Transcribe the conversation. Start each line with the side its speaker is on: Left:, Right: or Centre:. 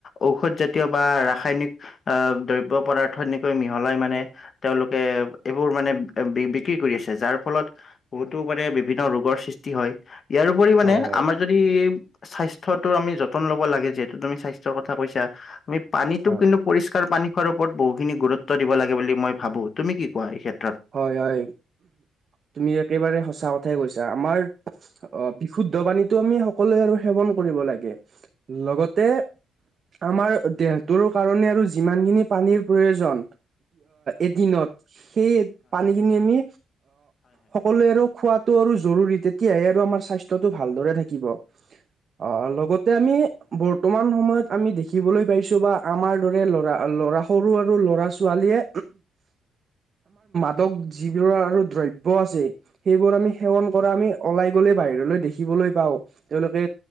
Left: ঔষধ জাতীয় বা ৰাসায়নিক আ, দ্ৰব্য পদাৰ্থ এনেকৈ মিহলাই মানে তেওঁলোকে এইবোৰ মানে বি বিক্ৰী কৰি আছে যাৰ ফলত বহুতো মানে বিভিন্ন ৰোগৰ সৃষ্টি হয় ইয়াৰ উপৰি মানে
Right: হয় হয়
Left: আমাৰ যদি স্বাস্থ্যটোৰ আমি যতন ল'ব লাগে যিহেতু তুমি স্বাস্থ্যৰ কথা কৈছা পানীটোক
Right: হয়।
Left: কিন্তু পৰিষ্কাৰ পানী খোৱাৰ ওপৰত বহুখিনি গুৰুত্ব দিব লাগে বুলি মই ভাবো, তুমি কি কোৱা এই ক্ষেত্ৰত?
Right: হয়, হয়, তুমি একেবাৰে সঁচা কথাই কৈছা আমাৰ অ', বিশুদ্ধ পানীটো আমি সকলোৱে আৰু সেৱন কৰিব লাগে লগতে আমাৰ দেহটোৰ কাৰণে আৰু যিমানখিনি পানীৰ প্ৰয়োজন এদিনত সেই পানীখিনি আমি সকলোৱে আৰু খোৱাত টো আৰু জৰুৰী তেতিয়াহে আৰু আমাৰ স্বাস্থ্যটো ভালদৰে থাকিব অ, লগত তে আমি বৰ্তমান সময়ত আমি দেখিবলৈ পাইছো বা আমাৰ দৰে ল'ৰা ল'ৰা সৰু আৰু ল'ৰা ছোৱালীয়ে <unintelligible> যিবোৰ আৰু দ্ৰব্য আছে সেইবোৰ আমি সেৱন কৰা আমি ওলাই গ'লে বাহিৰলৈ দেখিবলৈ পাওঁ তেওঁলোকে